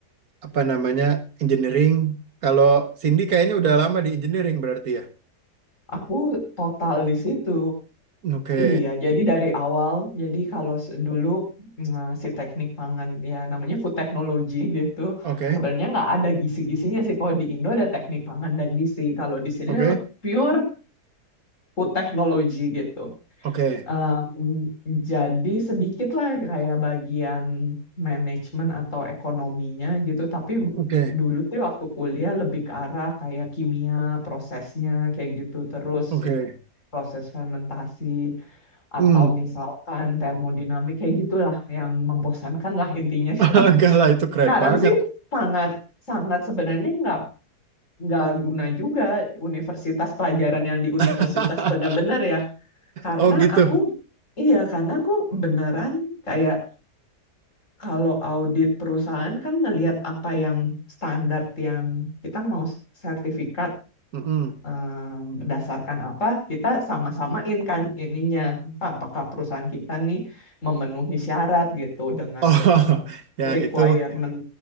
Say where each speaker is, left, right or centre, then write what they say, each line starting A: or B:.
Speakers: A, on the right; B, on the left.
A: apa namanya engineering. Kalau Cindy kayaknya udah lama di engineering berarti ya.
B: Aku total di situ.
A: Oke,
B: Iya, jadi dari awal, jadi kalau se- dulu eh, si teknik pangan, ya namanya food technology gitu,
A: oke,
B: sebenarnya nggak ada gizi-gizinya sih. Kalau di Indo ada teknik pangan dan gizi, kalau di sini
A: oke,
B: pure food technology gitu.
A: oke,
B: Em, jadi sedikit lah kayak bagian manajemen atau ekonominya gitu, tapi
A: oke,
B: dulu tuh waktu kuliah lebih ke arah kayak kimia, prosesnya kayak gitu, terus
A: oke.
B: proses fermentasi atau
A: Hmm,
B: misalkan termodinamik kayak gitulah yang membosankan lah intinya.
A: <laughs> enggak lah itu keren
B: Sekarang
A: banget.
B: sih sangat sangat sebenarnya nggak nggak guna juga universitas pelajaran yang di universitas
A: <laughs>
B: benar-benar ya. Karena
A: Oh gitu.
B: aku iya karena aku beneran kayak kalau audit perusahaan kan ngelihat apa yang standar yang kita mau sertifikat
A: Mm-mm.
B: em, berdasarkan apa kita sama-samain kan ininya apa apakah perusahaan kita nih memenuhi syarat gitu dengan
A: Oh
B: em,
A: <laughs> ya
B: requirement
A: itu.